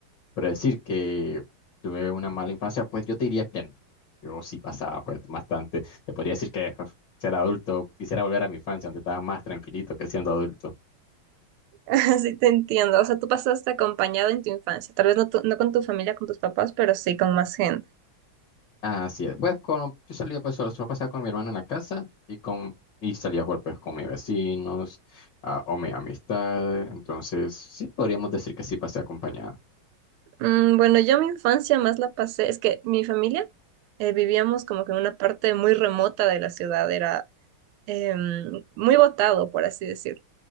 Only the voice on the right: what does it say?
<laughs> Así te entiendo. O sea, tú pasaste acompañado en tu infancia. Tal vez no, tu- no con tu familia, con tus papás, pero sí con más gente.
Mm, bueno, yo mi infancia más la pasé, es que mi familia eh, vivíamos como que en una parte muy remota de la ciudad, era em, muy botado, por así decirlo.